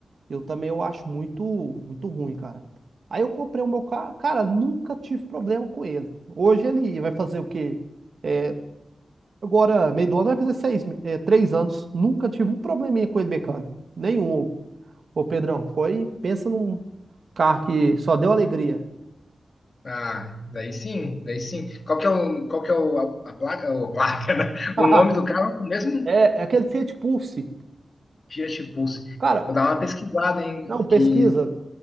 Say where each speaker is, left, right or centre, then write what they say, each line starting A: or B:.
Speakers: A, on the right; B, on the left.
A: eu também eu acho muito, muito ruim, cara. Aí eu comprei o meu carro, cara, nunca tive problema com ele. Hoje ele vai fazer o quê? É, Agora, meio do ano vai fazer seis, é, três anos. Nunca tive um probleminha com ele mecânico. Nenhum, ô, ô Pedrão. Foi, pensa num carro que só deu alegria.
B: Ah, daí sim, daí sim. Qual que é o, qual que é o, a, a placa, o, placa, <laughs> né?
A: <laughs>
B: O nome do carro é o mesmo
A: É, é aquele Fiat Pulse.
B: Fiat Pulse.
A: Cara,
B: Vou dar uma pesquisada, hein?
A: não, pesquisa.
B: Que